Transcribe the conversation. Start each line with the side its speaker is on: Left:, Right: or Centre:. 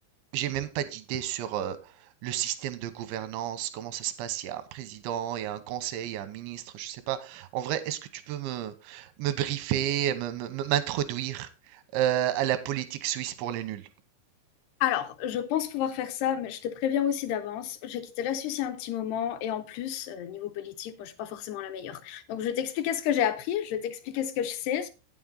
Right: j'ai même pas d'idée sur euh, le système de gouvernance, comment ça se passe. Il y a un président, il y a un conseil, il y a un ministre, je sais pas. En vrai, est-ce que tu peux me, me briefer, me- me- me- m'introduire euh, à la politique suisse pour les nuls?
Left: Alors, je pense pouvoir faire ça, mais je te préviens aussi d'avance. J'ai quitté la Suisse il y a un petit moment, et en plus, euh, niveau politique, moi, je suis pas forcément la meilleure. Donc, je vais t'expliquer ce que j'ai appris, je vais t'expliquer ce que je sais,